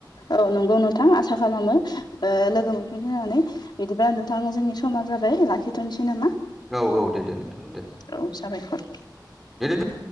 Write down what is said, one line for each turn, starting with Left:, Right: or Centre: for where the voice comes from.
Left: औ नंगौ नोंथां आसा खालामो ओ लोगो मोनफिनगोन होनना नै। बिदिबा नोंथां जोंनि समा जाबाय लाखिथ'नोसै नामा?
Centre: औ औ दे दे नोंथां दे
Left: औ साबायखर।
Centre: <unintelligible>